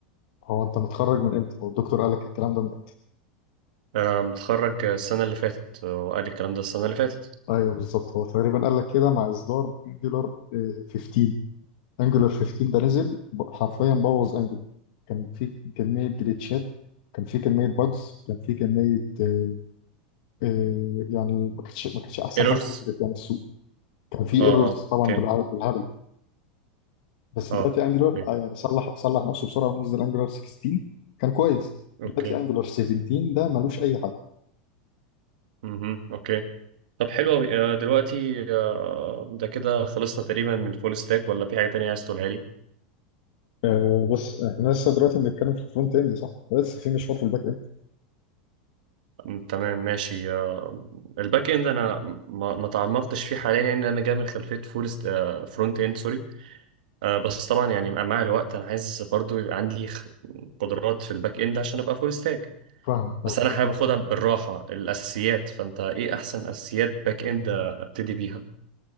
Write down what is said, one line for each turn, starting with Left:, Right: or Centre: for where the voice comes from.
Left: هو انت متخرج من امتى هو الدكتور قال لك الكلام ده من امتى
Right: آه، متخرج السنة اللي فاتت هو قال الكلام ده السنة اللي فاتت
Left: ايوه بالظبط هو تقريبا قال لك كده مع اصدار انجلر 15 انجلر 15 ده نزل ب- حرفيا بوظ انجلر كان في كميه جليتشات كان في كميه باجز كان في كميه آه، آه، يعني ما كانتش ما كانتش احسن
Right: ايرورز
Left: حاجه نزلت يعني السوق كان في
Right: اه
Left: ايرورز
Right: اه اوكي
Left: طبعا بالع- بالهبل بس
Right: اه
Left: دلوقتي انجلر
Right: اوكي
Left: آه يعني صلح صلح نفسه بسرعه ونزل انجلر 16 كان كويس
Right: اوكي
Left: دلوقتي انجلر 17 ده ملوش اي حل
Right: مهم. اوكي طب حلو قوي آه، دلوقتي آه، ده كده خلصنا تقريبا من الفول ستاك ولا في حاجه تانية عايز تقولها لي
Left: آه بص احنا لسه دلوقتي بنتكلم في الفرونت اند صح بس في مشوار في الباك اند
Right: م- تمام ماشي آه، الباك اند انا ما ما تعمقتش فيه حاليا يعني انا جاي من خلفيه فول فرونت اند سوري آه، بس طبعا يعني مع الوقت انا عايز برضو يبقى عندي خ- قدرات في الباك اند عشان ابقى فول ستاك
Left: فاهمك فاهمك
Right: بس انا حابب
Left: اكيد
Right: اخدها بالراحه الاساسيات فانت ايه احسن اساسيات باك اند آه، ابتدي بيها